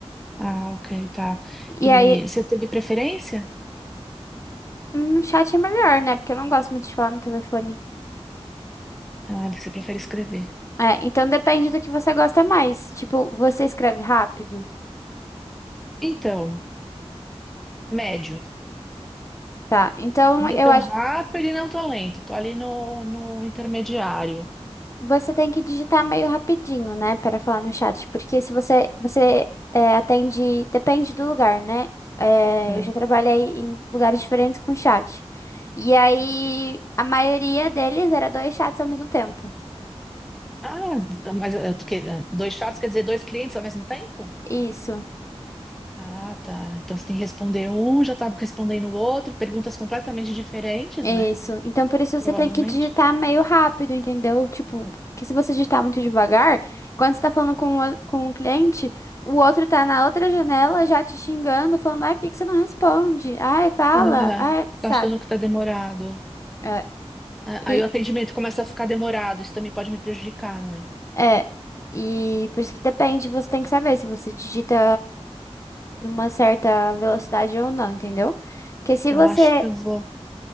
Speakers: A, in the centre; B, on the left.
A: ah, ok, tá. E
B: E aí,
A: você teve preferência?
B: hum, chat é melhor, né? Porque eu não gosto muito de falar no telefone.
A: Ah, você prefere escrever.
B: É, então depende do que você gosta mais. Tipo, você escreve rápido.
A: Então, médio.
B: Tá, então
A: Nem
B: eu
A: tão
B: acho
A: rápido e não tão lento. Tô ali no, no intermediário.
B: Você tem que digitar meio rapidinho, né, para falar no chat, porque se você você é, atende, depende do lugar, né? É,
A: É,
B: eu já trabalhei em lugares diferentes com chat. E aí a maioria deles era dois chats ao mesmo tempo.
A: Ah, mas eh, tu que- dois chats quer dizer dois clientes ao mesmo tempo?
B: Isso,
A: Ah, tá. Então você tem que responder um, já tá respondendo o outro, perguntas completamente diferentes,
B: isso.
A: né?
B: Então por isso
A: Provavelmente.
B: você tem que digitar meio rápido, entendeu? Tipo, que se você digitar muito devagar, quando você tá falando com o, com o cliente, o outro tá na outra janela já te xingando, falando, ai, por que que você não responde? Ai, fala,
A: Ah,
B: ai, sabe?
A: tá achando que tá demorado.
B: É,
A: Ah, aí
B: e,
A: o atendimento começa a ficar demorado, isso também pode me prejudicar, não é?
B: é, e por isso que depende, você tem que saber se você digita numa certa velocidade ou não, entendeu? Porque se
A: Eu
B: você,
A: acho que eu vou,